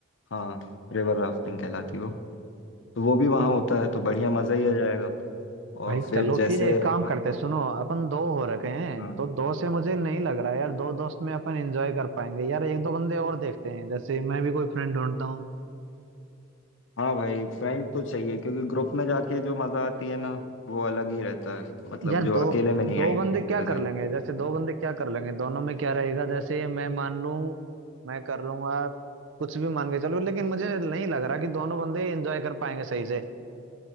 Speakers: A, on the left (about 65°); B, on the right (about 65°).
A: हाँ रिवर राफ्टिंग कहलाती है वो तो वो भी वहाँ होता है तो बढ़िया मज़ा ही आ जाएगा और
B: भाई
A: फिर
B: चलो
A: जैसे
B: फिर एक
A: अपन
B: काम करते हैं, सुनो अपन दो हो रखे हैं
A: हाँ
B: तो दो से मुझे नहीं लग रहा यार दो दोस्त में अपन एंजॉय कर पाएंगे यार एक दो बंदे और देखते हैं जैसे मैं भी कोई फ्रेंड ढूंढता हूँ
A: हाँ भाई फ्रेंड तो चाहिए क्योंकि ग्रुप में जाके जो मजा आती है ना वो अलग ही रहता है मतलब
B: यार
A: जो
B: दो
A: अकेले में नहीं
B: दो
A: आएगी
B: बंदे
A: वैसी
B: क्या
A: मजा
B: कर लेंगे जैसे दो बंदे क्या कर लेंगे दोनों में क्या रहेगा जैसे मैं मान लूं मैं कर लूंगा कुछ भी मान के चलो लेकिन मुझे नहीं लग रहा कि दोनों बंदे एंजॉय कर पाएंगे सही से